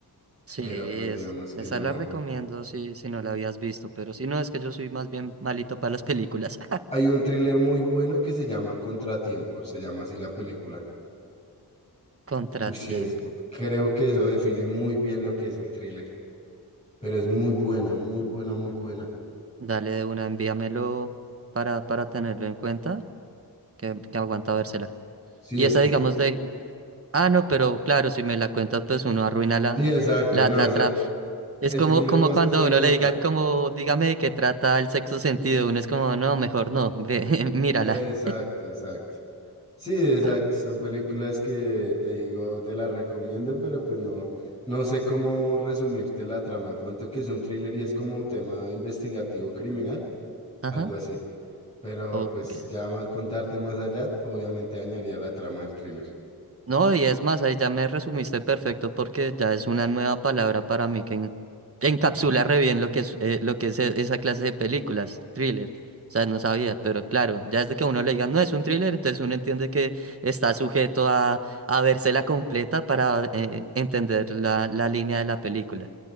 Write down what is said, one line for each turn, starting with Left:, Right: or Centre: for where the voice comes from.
Right: Sí,
Left: pero
Right: es,
Left: pues digamos que
Right: esa
Left: no.
Right: la recomiendo si, si no la habías visto, pero si no, es que yo soy más bien malito para las películas.
Left: Hay un thriller muy bueno que se llama Contratiempo, se llama así la película.
Right: <laughs> Contratiempo.
Left: Uy, sí, es, creo que eso define muy bien lo que es un thriller, pero es muy buena, muy buena, muy buena.
Right: Dale de una, envíamelo para, para tenerlo en cuenta, que, que aguanta vérsela.
Left: Sí,
Right: Y
Left: es
Right: esa,
Left: que,
Right: digamos, de. Ah, no, pero claro, si me la cuentas, pues uno arruina la,
Left: sí, exacto,
Right: la,
Left: no,
Right: la
Left: esa-
Right: tra- Es
Left: el
Right: como,
Left: thriller
Right: como
Left: no se
Right: cuando
Left: puede
Right: a uno
Left: contar.
Right: le digan, como, dígame de qué trata el sexto sentido. Uno es como, no, mejor no, ve, <laughs> mírala.
Left: Exacto, exacto. Sí, exacto.
Right: Ah,
Left: Son películas que te digo, te las recomiendo, pero pues no, no sé cómo resumirte la trama. De pronto que es un thriller y es como tema investigativo criminal,
Right: Ajá.
Left: algo así. Pero
Right: Ok.
Left: pues ya más contarte más allá, obviamente dañaría la trama del thriller.
Right: No, y es más, ahí ya me resumiste perfecto porque ya es una nueva palabra para mí que en- que encapsula re bien lo que es, eh, lo que es e- esa clase de películas, thriller. O sea, no sabía, pero claro, ya desde que a uno le diga, no es un thriller, entonces uno entiende que está sujeto a, a vérsela completa para eh, entender la, la línea de la película.